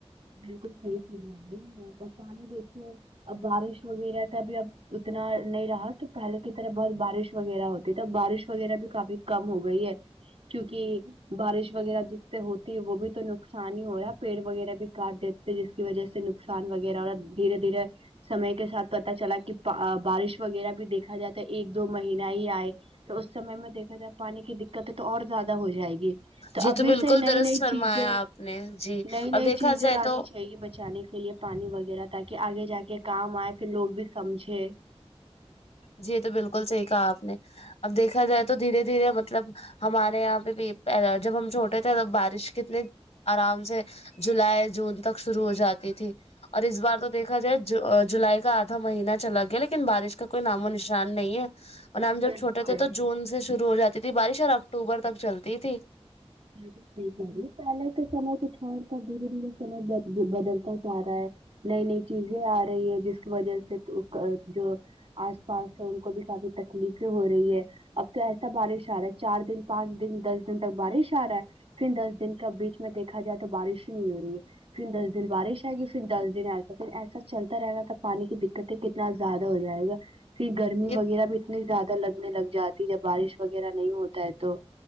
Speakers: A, on the right (about 65°); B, on the left (about 75°).
A: بالکل صحیح سل گ پانی دیکھیے اب بارش وغیرہ کا بھی اب اتنا نہیں رہا کہ پہلے کی طرح بہت بارش وغیرہ ہوتی تو بارش وغیرہ بھی کافی کم ہو گئی ہے کیوںکہ بارش وغیرہ جس سے ہوتی ہے وہ بھی تو نقصان ہی ہو رہا ہے پیڑ وغیرہ بھی کاٹ دیتے تھے جس کی وجہ سے نقصان وغیرہ اور دھیرے دھیرے سمے کے ساتھ پتا چلا کہ بارش وغیرہ بھی دیکھا جاتا ہے ایک دو مہینہ ہی آئے تو اس سم میں دیکھا جائے پانی کی دقتیں تو اور زیادہ ہو جائے گی تو
B: جی
A: ابھی
B: بالکل
A: سے نئی
B: درست
A: نئی
B: فرمایا
A: چیزیں
B: آپ نے جی
A: نئی
B: اور
A: نئی
B: دیکھا
A: چیزیں
B: جائے
A: لانی
B: تو
A: چاہ بچانے کے لیے پانی وغیرہ تاکہ آگے جا کے کام آئے پھر لوگ بھی سمجھے
B: جی یہ تو بالکل صحی کہا آپ نے اب دیکھا جائے تو دھیرے دھیرے مطلب ہمارے یہاں پہ بھی جب ہم چھوٹے تھے بارش کتنی آرام سے جولائی جون تک شروع ہو جاتی تھی اور اس بار تو دیکھا جائے جولائی کا آدھا مہینہ چلا گیا لیکن بارش کا کا کوئی نام و نشان نہیں ہے اور نام
A: بالکل
B: جب چھوٹے تھے تو جون سے شرو ہو جاتے جتنی بارش اور اکتوبر تک چلتی تھی
A: جالیک دے پہے کا سمے کچھ اورتا دھیرے دھیرے سمے بدلتا جا رہا ہے نئی نئی چیزیں آ رہی ہے جس کی وجہ سے جو آس پاس ہے ان کو بھی کافی تکلیفیں ہو رہی ہے اب تو ایسا بارش آ رہا ہے چار دن پانچ دن دس دن تک بارش رہا ہے پھر دس دن کا بیچ میں دیکھا جائے تو بارش ہی نہیں ہو رہی ہے پھر دس دن بارش آئے گی پھر دس دن آئےسا پھر ایسا چلتا رہے گا تھا پانی کی د تے کتنا زیادہ ہو جائے گا پھر گرمی
B: ات-
A: وغیرہ بھی اتنی زیادہ لگنے لگ جاتی جب بارش وغیرہ نہیں ہوتا ہے تو